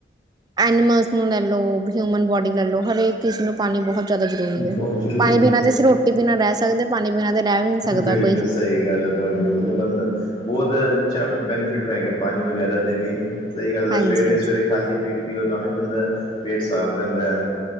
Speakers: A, on the right; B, on the left.
A: ਐਨੀਮਲਸ ਨੂੰ ਲੈ ਲਓ ਹਿਊਮਨ ਬੋਡੀ ਲੈ ਲਓ ਹਰੇਕ ਕਿਸਨ ਨੂੰ ਪਾਣੀ ਬਹੁਤ ਜ਼ਿਆਦਾ ਜ਼ਰੂਰੀ ਹੈ
B: ਬਹੁਤ ਜ਼ਰੂਰੀ
A: ਪਾਣੀ ਪੀਣਾ
B: ਹੈ
A: ਤੇ ਅਸੀਂ ਰੋਟੀ ਪੀਣਾ ਰਹਿ ਸਕਦੇ ਪਾਣੀ ਪੀਣਾ ਤੇ ਰਹਿ ਵੀ ਨਹੀਂ ਸਕਦਾ
B: ਬਿਲਕੁਲ
A: ਕੋਈ।
B: ਸਹੀ ਗੱਲ ਆ ਤੁਹਾਡੀ ਮਤਲਬ ਬੰ ਬਹੁਤ ਅੱਛਾ ਬੈਨੀਫਿਟ ਹੈਗੇ ਪਾਣੀ ਵਗੈਰਾ ਦੇ ਵੀ ਸਹੀ ਗੱਲ
A: ਹਾਂਜੀ-ਹਾਂਜੀ,
B: ਸਵੇਰੇ ਸਵੇਰੇ ਖਾਲੀ ਪੇਟ ਪੀਓ ਤਾਂ ਵੀ ਬੰਦਾ ਪੇਟ ਸਾਫ਼ ਰਹਿੰਦਾ ਹੈ।